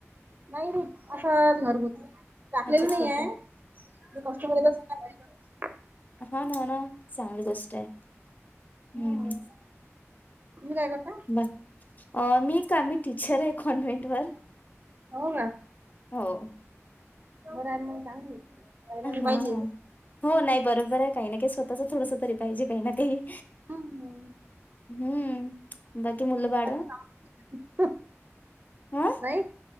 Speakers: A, on the right (about 40°); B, on the left (about 35°).
A: नाही नाही. असंच घरगुती टाकलेलं
B: अच्छा
A: नाही
B: छोट
A: आय कष्टमर येतात अस घरी
B: हा न न चांगली गोष्ट आय.
A: असते.
B: हम्,
A: तुम्ही काय करता?
B: ब अ मी का मी टीचर आय कॉन्व्हेंट वर.
A: हो का.
B: हो.
A: बर आय म चांगली आहे. महिलांना
B: हां हां
A: पाहिजेच.
B: हो नाही बरोबर आहे काही ना काही स्वतःच थोडस तरी पाहिजे काही ना काही.
A: हम्म
B: हम्म बाकी मूल
A: घरातली
B: बाळ?
A: कामं किती
B: हा
A: नाही